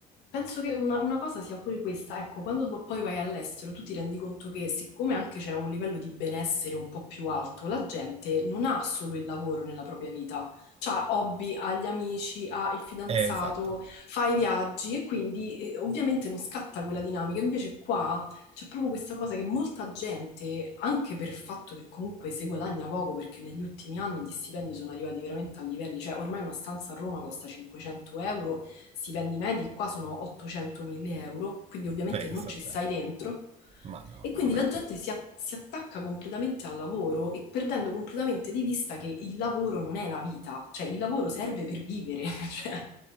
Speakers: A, on the left; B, on the right.
A: Penso che una, una cosa sia pure questa, ecco, quando po- poi vai all'estero tu ti rendi conto che siccome anche c'è un livello di benessere un po' più alto, la gente non ha solo il lavoro nella propria vita, ha hobby, ha gli amici, ha il fidanzato,
B: Eh, esatto,
A: fa i viaggi e quindi eh, ovviamente non scatta quella dinamica. Invece qua c'è proprio questa cosa che molta gente, anche per il fatto che comunque si guadagna poco, perché negli ultimi anni gli stipendi sono arrivati veramente a livelli, cioè ormai una stanza a Roma costa 500 euro stipendi medi qua sono 800-1000 euro, quindi ovviamente
B: pensa
A: non ci
B: a te.
A: stai dentro.
B: Ma no,
A: E quindi
B: ma mai
A: la
B: più.
A: gente si, a- si attacca completamente al lavoro e perdendo completamente di vista che il lavoro non è la vita, cioè il lavoro serve per vivere, <laughs> cioè,